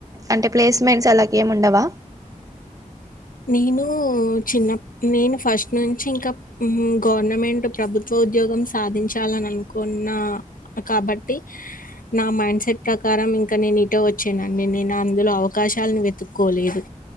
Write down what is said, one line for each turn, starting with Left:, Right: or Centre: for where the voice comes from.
Right: అ ప్లేసెమెంట్స్ అలాగ ఎమ్ ఉండవా
Left: నేను చిన్న నేను ఫస్ట్ నుంచి ఇంకా మ్ గవర్నమెంట్ ప్రభుత్వ ఉద్యోగం సాధించాలని అనుకున్న కాబట్టి నా మైండ్ సెట్ ప్రకారం ఇంకా నేను ఇటే వచ్చానండి నేను అందులో అవకాశాలను వెతుక్కోలేదు